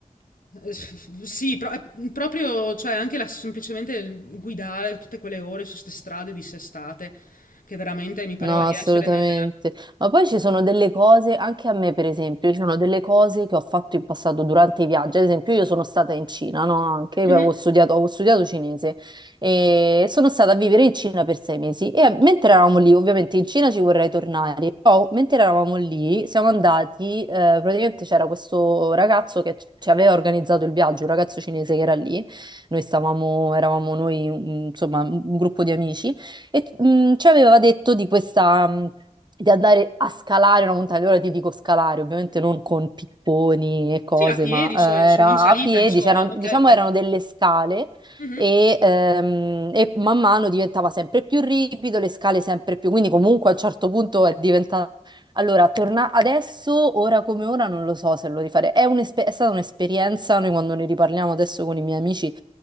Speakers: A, on the left; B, on the right.
A: eh, Sì, pro- eh, proprio, cioè, anche la- semplicemente il guidare tutte quelle ore su queste strade dissestate, che veramente mi pareva
B: No,
A: di
B: assolutamente.
A: essere nel...
B: Ma poi ci sono delle cose, anche a me per esempio, ci sono delle cose che ho fatto in passato durante i viaggi. Ad esempio, io sono stata in Cina, no? Anche,
A: Mhm.
B: io avevo studiato, avevo studiato cinese e sono stata a vivere in Cina per sei mesi. E eh, mentre eravamo lì, ovviamente in Cina ci vorrei tornare, però mentre eravamo lì siamo andati, eh, praticamente c'era questo ragazzo che ci aveva organizzato il viaggio, un ragazzo cinese che era lì. Noi stavamo, eravamo noi, mm, insomma, un un gruppo di amici. E mh, ci aveva detto di questa, mh, di andare a scalare una montagna. Ora ti dico scalare, ovviamente non con picconi e cose,
A: Sì, a piedi,
B: ma eh,
A: so- in
B: era
A: salita,
B: a piedi,
A: insomma.
B: c'erano-
A: Ok,
B: diciamo
A: ok.
B: erano delle scale
A: Mhm,
B: e, ehm, e man mano diventava sempre più ripido, le scale sempre più, quindi comunque a un certo punto è diventato... Allora, torna adesso, ora come ora, non lo so se lo rifarei. È un'espe- è stata un'esperienza, noi quando ne riparliamo adesso con i miei amici